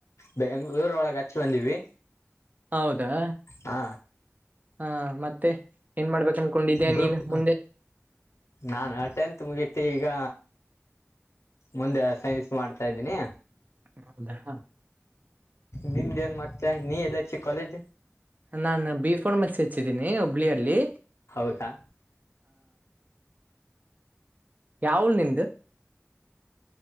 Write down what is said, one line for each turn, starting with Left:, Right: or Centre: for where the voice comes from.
Left: ಬೆಂಗಳೂರ ಒಳಗೆ ಹಚ್ ಬಂದಿವಿ
Right: ಹೌದಾ
Left: ಹಾ
Right: ಹಾ ಮತ್ತೆ ಏನ್ ಮಾಡ್ಬೇಕ ಅನ್ಕೊಂಡಿದ್ಯಾ
Left: ಗುರುಕ್
Right: ನೀನ್ ಮುಂದೆ
Left: ನಾನು ಟೆಂತ್ ಮುಗೀತಿ ಈಗ ಮುಂದೆ ಸೈಸ್ ಮಾಡ್ತಾ ಇದ್ದೀನಿ.
Right: ಹೌದಾ
Left: ನಿಂದ ಏನ್ ಮತ್ತೆ ನೀ ಎಲ್ಲೆ ಹಚ್ಚಿ ಕಾಲೇಜ್
Right: ನಾನ ಬಿ ಫಾರ್ಮೆಸ್ ಹಚ್ಚಿದ್ದೀನಿ ಹುಬ್ಬಳ್ಳಿಯಲ್ಲಿ
Left: ಹೌದಾ
Right: ಯಾವುಳ ನಿಂದು